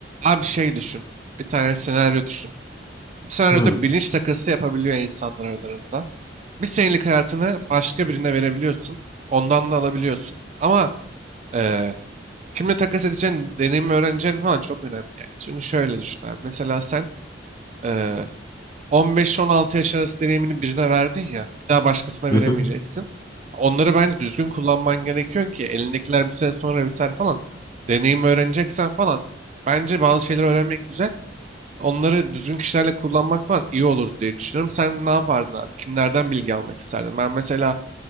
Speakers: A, on the right; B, on the left.
A: Abi şey düşün. Bir tane senaryo düşün. Bu senaryoda
B: Hı,
A: bilinç takası yapabiliyor insanlar aralarında. Bir senelik hayatını başka birine verebiliyorsun. Ondan da alabiliyorsun. Ama eee, kimle takas edeceğin, deneyimi öğreneceğin falan çok önemli yani. Çünkü şöyle düşün abi. Mesela sen eee 15-16 yaş arası deneyimini birine verdin ya. Bir daha başkasına
B: hı,
A: veremeyeceksin.
B: hı.
A: Onları bence düzgün kullanman gerekiyor ki elindekiler bir süre sonra biter falan. Deneyimi öğreneceksen falan. Bence bazı şeyler öğrenmek güzel onları düzgün kişilerle kullanmak falan iyi olur diye düşünüyorum. Sen ne yapardın abi? Kimlerden bilgi almak isterdin? Ben mesela